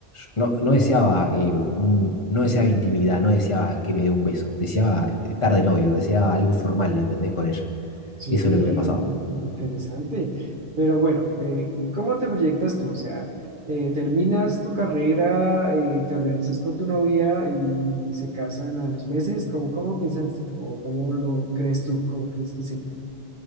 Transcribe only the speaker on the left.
no, no deseaba, eh, un- no deseaba intimidad, no deseaba que me dé un beso, deseaba estar de novio, deseaba algo formal, ¿entendés? Con ella.
Eso es lo que me pasaba.